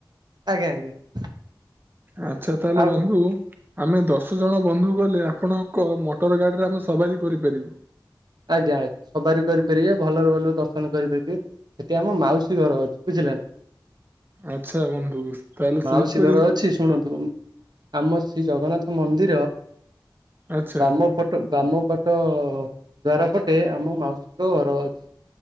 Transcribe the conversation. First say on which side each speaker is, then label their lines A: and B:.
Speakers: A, on the right; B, on the right.
A: ଆଜ୍ଞା ଆଜ୍ଞା।
B: ଆଛା ତାହେଲେ
A: ଆଉ
B: ବନ୍ଧୁ ଆମେ ଦଶ ଦଶ ଜଣ ବନ୍ଧୁ ଗଲେ ଆପଣଙ୍କ ମୋଟର ଗାଡିରେ ଆମେ ସବାରି କରିପାରିବେ।
A: ଆଜ୍ଞା ଆଜ୍ଞା ସବାରି କରିପାରିବେ। ଭଲରେ ଭଲ ଦର୍ଶନ କରିପାରିବେ ସେଠି ଆମ ମାଉସୀ ଘର ଅଛି ବୁଝିଲେ ନା
B: ଆଚ୍ଛା ବନ୍ଧୁ ତାହେଲେ
A: ମାଉସି
B: ସେହିପରି
A: ଘର ଅଛି ଶୁଣ ତୁ ଆମ ଶ୍ରୀ ଜଗନ୍ନାଥ ମନ୍ଦି,
B: ଆଚ୍ଛା
A: ବାମପଟ ବାମ ଅ ଦ୍ଵାର ପଟେ ଆମ ମାଉସୀଙ୍କ ଘର ଅଛି।